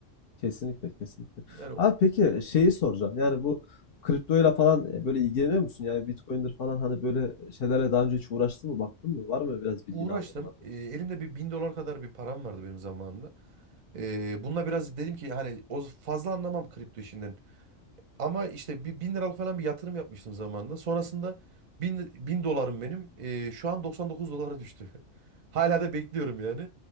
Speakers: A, on the left; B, on the right.
A: Kesinlikle kesinlikle.
B: Yani
A: Abi peki e, şeyi soracağım. Yani bu kriptoyla falan e, böyle ilgileniyor musun? Yani Bitcoin'dir falan hani böyle e, şeylerle daha önce hiç uğraştın mı? Baktın mı? Var mı biraz bilgin
B: uğraştım.
A: abi oralarda? <laughs>
B: E, elimde bir bin dolar kadar bir param vardı benim zamanımda. E, bununla biraz dedim ki hani o fazla anlamam kripto işinden. Ama işte bir bin liralık falan bir yatırım yapmıştım zamanında. Sonrasında bin, bin dolarım benim. e, şu an 99 dolara düştü. <laughs> Hala da bekliyorum yani.